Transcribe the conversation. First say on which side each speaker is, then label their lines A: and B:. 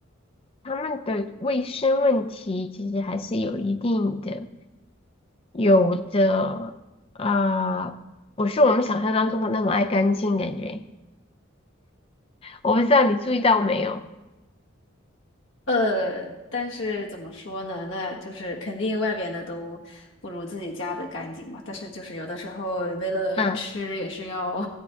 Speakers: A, on the left (about 25°); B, on the left (about 65°).
A: 他们的卫生问题其实还是有一定的，有的啊、不是我们想象当中的那么爱干净，感觉我不知道你注意到没有。
B: 呃，但是怎么说呢？那就是肯定外边的都不如自己家的干净嘛。但是就是有的时候为了吃也是要，
A: 嗯，